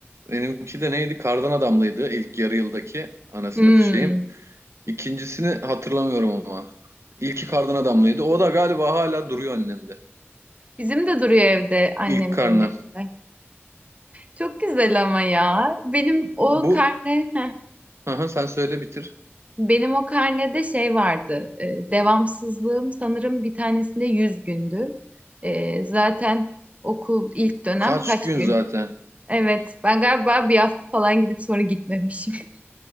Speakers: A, on the right; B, on the right.
A: benimki de neydi? Kardan adamlıydı ilk yarı yıldaki ana sınıfı
B: Hmm.
A: şeyim. İkincisini hatırlamıyorum ama. İlki kardan adamlıydı. O da galiba hala duruyor annemde.
B: Bizim de duruyor evde annemlerin
A: İlk karnı.
B: evinde. Çok güzel ama ya. Benim o
A: Bu
B: karne <laughs>
A: Aha, sen söyle bitir.
B: Benim o karnede şey vardı. e, devamsızlığım sanırım bir tanesinde 100 gündü. E, zaten okul ilk dönem
A: Kaç
B: kaç
A: gün
B: gün?
A: zaten.
B: Evet, ben galiba bir hafta falan gidip sonra gitmemişim. <laughs>